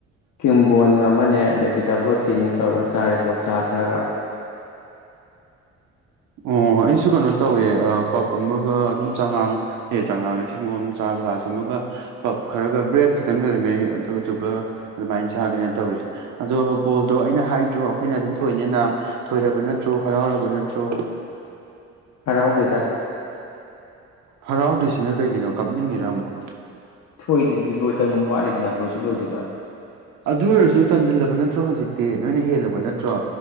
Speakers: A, on the left; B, on the right.
A: ꯀꯤꯝꯕꯣꯟ ꯑꯃꯅꯦ ꯑꯗꯒꯤ ꯗꯕ꯭ꯂꯣꯇꯤꯅꯦ ꯇꯧꯔꯒ ꯆꯥꯔꯤꯕꯣ ꯆꯥ ꯈꯔꯒ
B: ꯑꯣ ꯑꯩꯁꯨ ꯀꯩꯅꯣ ꯇꯧꯋꯦ ꯑ ꯄꯞ ꯑꯃꯒ ꯑꯗꯨꯝ ꯆꯉꯥꯡ ꯍꯦ ꯆꯥꯡꯉꯥꯡꯉꯦ ꯁꯪꯒꯣꯝ ꯆꯥ ꯒ꯭ꯂꯥꯁ ꯑꯃꯒ ꯄꯞ ꯈꯔꯒ ꯕ꯭ꯔꯦꯗ ꯈꯤꯇꯪ ꯂꯩꯔꯝꯃꯦ ꯑꯗꯨꯗꯨꯒ ꯑꯗꯨꯃꯥꯏꯅ ꯆꯥꯒꯦꯅ ꯇꯧꯔꯤ ꯑꯗꯣ ꯕꯣꯜꯗꯣ ꯑꯩꯅ ꯍꯥꯏꯗ꯭ꯔꯣ ꯑꯩꯈꯣꯏꯅ ꯑꯗꯨꯝ ꯊꯣꯏꯅꯦꯅ ꯊꯣꯏꯔꯕ ꯅꯠꯇ꯭ꯔꯣ ꯍꯔꯥꯎꯔꯕ ꯅꯠ ꯇ꯭ꯔꯣ
A: ꯍꯔꯥꯎꯗꯦꯗ
B: ꯍꯔꯥꯎꯗꯤꯁꯤꯅ ꯀꯩꯒꯤꯅꯣ ꯀꯞꯅꯤꯡꯉꯤꯔꯥ ꯑꯃꯨꯛ
A: ꯊꯣꯏꯗ꯭ꯔꯤꯗꯤ ꯂꯣꯏꯇꯝ ꯋꯥꯠꯂꯤꯗꯅ ꯂꯣꯏꯁꯨ ꯂꯣꯏꯔꯤꯗꯅ
B: ꯑꯗꯨ ꯑꯣꯏꯔꯁꯨ ꯆꯟꯁꯤꯜꯂꯕ ꯅꯠꯇ꯭ꯔꯣ ꯍꯧꯖꯤꯛꯇꯤ ꯅꯣꯏꯅ ꯍꯦꯜꯂꯕ ꯅꯠꯇ꯭ꯔꯣ